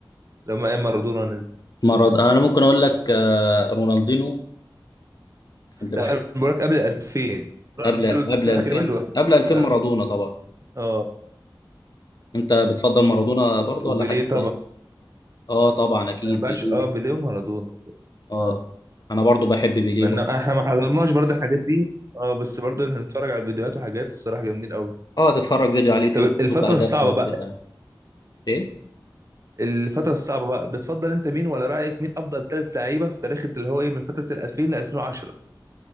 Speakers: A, on the right; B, on the left.
A: لما ايام مارادونا
B: مرض آه، انا ممكن اقول لك آه، رونالدينو كنت بحس
A: لا انا بقول لك قبل 2000 رونالدو
B: قبل
A: ده
B: قبل 2000
A: هتكلم عليه دلوقتي
B: قبل 2000
A: انا
B: مارادونا
A: أبدأ-
B: طبعا
A: اه
B: انت بتفضل مارادونا برضه
A: وبيليه
B: ولا حد
A: طبعا
B: تاني اه طبعا اكيد
A: ما ينفعش
B: بيليه
A: اه بيليه ومارادونا
B: اه
A: اه
B: انا برضه بحب بيليه
A: مع ان
B: برضه
A: احنا ما حضرناش برضه الحاجات دي اه بس برضه احنا بنتفرج على الفيديوهات وحاجات الصراحه جامدين قوي
B: اه تتفرج فيديو على اليوتيوب
A: طب
B: تشوف
A: الفتره
B: اهدافهم
A: الصعبه بقى
B: كده ايه
A: الفتره الصعبه بقى بتفضل انت مين ولا رايك مين افضل ثلاث لعيبه في تاريخ اللي هو ايه من فتره ال 2000 ل 2010